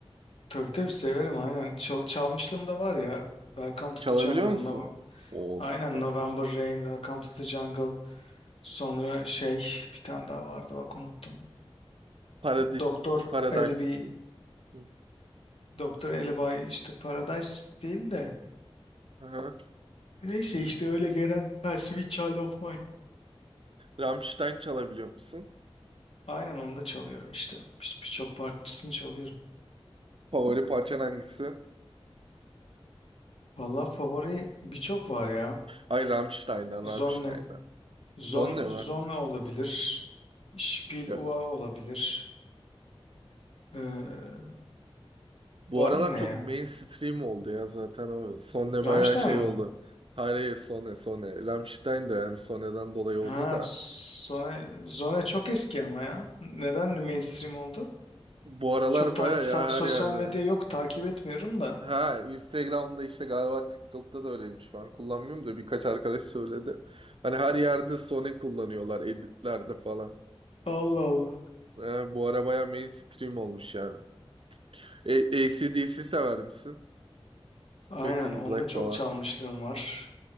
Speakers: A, on the left; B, on the right.
A: Tabii tabii severim aynen. Çal çalmışlığım da var ya. Welcome to
B: Çalabiliyor
A: the Jungle.
B: musun?
A: No
B: Oo
A: aynen
B: süper.
A: November Rain, Welcome to the Jungle. Sonra şey bir tane daha vardı bak unuttum.
B: Paradis.
A: Doktor
B: Paradise
A: Alibi,
B: City. Hı.
A: Doktor Alibi işte Paradise değil de.
B: Aha.
A: Neyse işte öyle genel. Ha, Sweet Child of Mine.
B: Rammstein çalabiliyor musun?
A: Aynen onu da çalıyorum işte. Bir- Birçok parçasını çalıyorum.
B: Favori parçan hangisi?
A: Vallahi favori birçok var ya.
B: Ay Rammstein'dan
A: Zonne.
B: Rammstein'dan.
A: Zon,
B: Zonne
A: Zonne
B: mi?
A: olabilir. Spiel
B: Yok.
A: Ua olabilir. Ee,
B: Bu
A: var
B: aralar
A: yine
B: çok
A: ya.
B: mainstream oldu ya zaten o Sonne
A: Rammstein
B: bayağı şey
A: mı?
B: oldu. Hayır, hayır, Sonne, Sonne. Rammstein de yani Sonne'den dolayı
A: Ha,
B: oldu da.
A: Zone, Zone çok eski ama ya. Neden mainstream oldu?
B: Bu aralar
A: Çok ta-
B: baya
A: sa-
B: ya her
A: sosyal
B: yerde.
A: medya yok takip etmiyorum da.
B: Ha Instagram'da işte galiba TikTok'ta da öyleymiş. Ben kullanmıyorum da birkaç arkadaş söyledi. Hani her yerde Sony kullanıyorlar editlerde falan.
A: Allah Allah.
B: Ha, bu ara baya mainstream olmuş yani. E AC/DC sever misin?
A: Aynen
B: Back in
A: onda
B: Black
A: çok
B: falan.
A: çalmışlığım var.